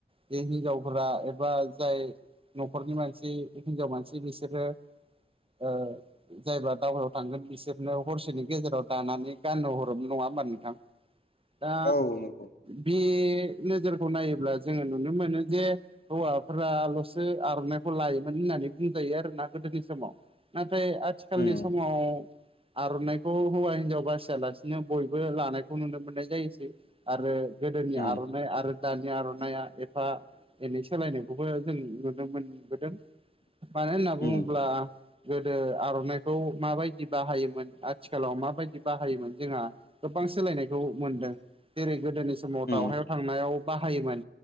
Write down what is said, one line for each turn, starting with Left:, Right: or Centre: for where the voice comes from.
Right: बे हिनजावफोरा एबा जाय न'खरनि मानसि हिनजाव मानसि बिसोरो ओ जायबा दावहायाव थांगोन बिसोरनो हरसेनि गेजेराव दानानै गाननो हरोमोन नङा होमबा नोंथां दा
Left: औ नंगौ
Right: बेह नोजोरखौ नायोब्ला जोङो नुनो मोनो जे हौवाफोराल'सो आर'नाइखौ लायोमोन होननानै बुंजायो आरोना गोदोनि समाव नाथाय आथिखालनि
Left: उम
Right: समाव आर'नाइखौ हौवा हिनजाव बासिआलासिनो बयबो लानायखौ नुनो मोननाय जायोसै आरो गोदोनि
Left: उम
Right: आर'नाइ आरो दानि आर'नाइआ एफा एनै सोलायनायखौबो जों नुनो मोनबोदों मानो होनना बुङोब्ला
Left: उम
Right: गोदो आर'नाइखौ माबादि बाहायोमोन आथिखालाव माबायदि बाहायोमोन जोंहा गोबां सोलायनायखौ मोनदों जेरै गोदोनि सम समाव
Left: उम
Right: दावहायाव थांनायाव बाहायोमोन